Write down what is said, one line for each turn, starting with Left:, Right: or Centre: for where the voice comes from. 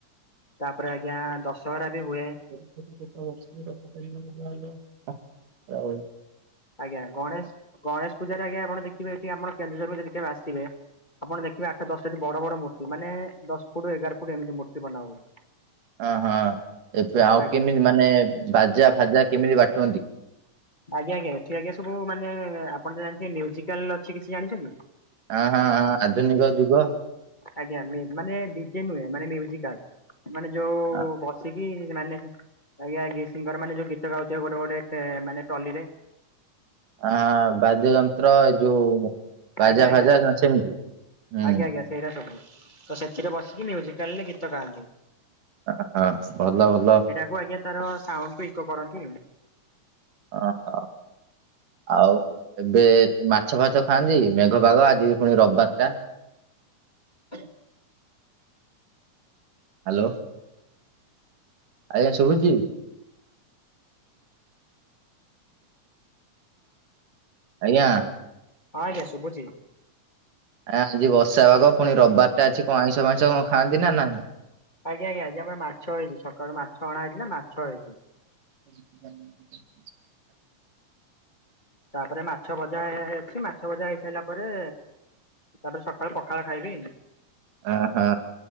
Left: ତାପରେ ଆଜ୍ଞା ଦଶହରା ବି ହୁଏ।
Right: <unintelligible> ରଥ ଟାଣିବେ <unintelligible> ହା ରହିଲୁ
Left: ଆଜ୍ଞା ଗଣେଶ ଗଣେଶ ପୂଜାରେ ଆଜ୍ଞା ଆପଣ ଦେଖିବେ ଏଠି ଆମର କେନ୍ଦୁଝରକୁ ଯଦି କେବେ ଆସିବେ ଆପଣ ଦେଖିବେ ଆଠଟା ଦଶଟି ବଡ଼ ବଡ଼ ମୂର୍ତ୍ତି ମାନେ ଦଶ ଫୁଟ୍ ଏଗାର ଫୁଟ୍ ଏମିତି ମୂର୍ତ୍ତି ବନା ହୁଏ।
Right: ଅ ହଁ ଏବେ ଆଉ
Left: ଆଜ୍ଞା
Right: କେମିତି ମାନେ ବାଜା ଫାଜା କେମିତି ବାଟୁଅନ୍ତି?
Left: ଆଜ୍ଞା ଆଜ୍ଞା ଏଠି ଆଜ୍ଞା ସବୁ ମାନେ ଆପଣ ତ ଜାଣିଥିବେ ମ୍ୟୁଜିକାଲ ଅଛି କିଛି ଜାଣିଚନ୍ତି?
Right: ହଁ ହଁ ହଁ ଆଧୁନିକ ଯୁଗ।
Left: ଆଜ୍ଞା ମି ମାନେ ଡି ଜେ ନୁହେଁ ମାନେ ମ୍ୟୁଜିକାଲ ମାନେ ଯୋଉ
Right: ଆଁ
Left: ବସି କି ମାନେ ଆଜ୍ଞା କିଏ ସିଙ୍ଗର ମାନେ ଯୋଉ ଗୀତ ଗାଉଥିବେ ଗୋଟେ ଗୋଟେ ଏ ମାନେ ଟଲି ରେ।
Right: ହଁ ବାଦ୍ୟ ଯନ୍ତ୍ର ଏ ଯୋଉ ବାଜା
Left: ଆଜ୍ଞା ଆଜ୍ଞା
Right: ଫାଜା ଯୋଉ ସେମିତି ହୁଁ।
Left: ଆଜ୍ଞା ଆଜ୍ଞା ସେଇଟା ସବୁ ତ ସେଥିରେ ବସିକି ମ୍ୟୁଜିକାଲ ରେ ଗୀତ ଗାଆନ୍ତି।
Right: ଅ ହଁ ଭଲ ଭଲ।
Left: ମୁଁ ଆଜ୍ଞା ତାର ସାଉଣ୍ଡ କୁ ଇକୋ କରନ୍ତି।
Right: ଅହୋ। ଆଉ ଏବେ ମାଛ ଫାଛ ଖାଆନ୍ତି ମେଘ ପାଗ ଆଜି ପୁଣି ରବବାର ଟା?
Left: ହ
Right: ହାଲୋ। ଆଜ୍ଞା ଶୁଭୁଛି? ଆଜ୍ଞା।
Left: ହଁ ଆଜ୍ଞା ଶୁବୁଛି।
Right: ଆ-ଆଜି ବର୍ଷା ପାଗ ପୁଣି ରବବାର ଟା ଅଛି କଣ ଆଇଁଷ ମାଇଁଷ ଖାଆନ୍ତି ନା ନାହିଁ?
Left: ଆଜ୍ଞା ଆଜ୍ଞା ଆଜି ଆମର ମାଛ ହେଇଚି ସକାଳୁ ମାଛ ଅଣା ହେଇଥିଲା ମାଛ ହେଇଚି।
Right: ହଁ <unintelligible>
Left: ତାପରେ ମାଛ ଭଜା ହେଇଛି ମାଛ ଭଜା ହେଇସାଇଲା ପରେ ତାପରେ ସକାଳୁ ପଖାଳ ଖାଇବି।
Right: ଅ ହ